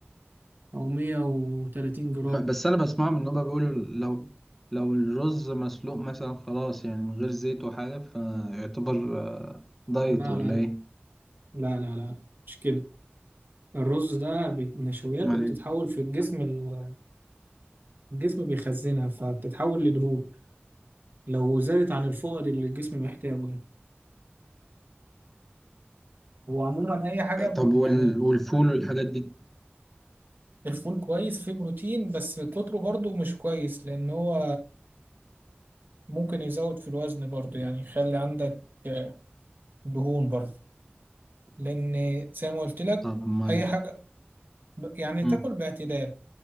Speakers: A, on the right (about 55°); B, in the centre.
A: او 130 جرام
B: ما- بس انا بسمع ان هم بيقولوا لو لو الرز مسلوق مثلا خلاص يعني من غير زيت وحاجه فيعتبر آه، دايت
A: لا
B: ولا
A: لا
B: ايه
A: لا لا لا لا مش كده الرز ده بت- نشويات
B: امال
A: وبتتحول
B: ايه
A: في الجسم ال- الجسم بيخزنها فبتتحول لدهون لو زادت عن الفائض اللي الجسم محتاجه يعني هو عموما اي حاجه
B: طب وال...
A: يعني
B: والفول والحاجات دي
A: الفول كويس فيه بروتين بس كتره برضو مش كويس لان هو ممكن يزود في الوزن برضو يعني يخلي عندك آه، دهون برضو لأن زي ما قلت لك
B: طب ما
A: أي
B: ال-
A: حاجة ب- يعني
B: مم.
A: تاكل باعتدال